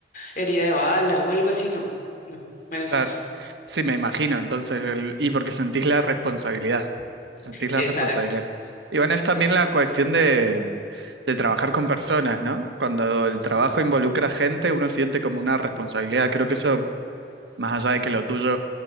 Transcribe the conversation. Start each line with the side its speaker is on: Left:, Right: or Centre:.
Left: herida de bala o algo así, no. No, menos
Right: claro.
Left: mal.
Right: Sí, me imagino, entonces, el- y porque sentís la responsabilidad. Sentís la
Left: Exacto.
Right: responsabilidad. Y bueno, es también
Left: Es
Right: la cuestión de, de trabajar con personas, ¿no? Cuando el trabajo involucra gente, uno siente como una responsabilidad. Creo que eso, más allá de que lo tuyo